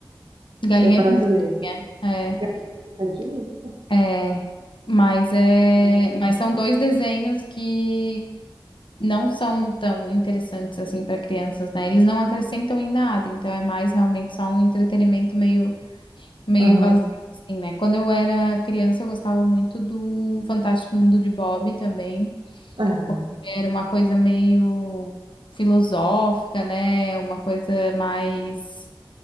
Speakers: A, on the left; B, on the right.
A: Galinha
B: que é brasileira.
A: Pintadinha, é,
B: É Pitadinha, isso?
A: é. Mas é,
B: Eu não sei.
A: mas são dois desenhos que não são tão interessantes assim para crianças, né? Eles não acrescentam em nada, então é mais realmente só um entretenimento meio meio
B: Aham,
A: vazio, assim, né? Quando eu era criança, eu gostava muito do Fantástico Mundo de Bob também,
B: aham.
A: porque era uma coisa meio filosófica, né? Uma coisa mais.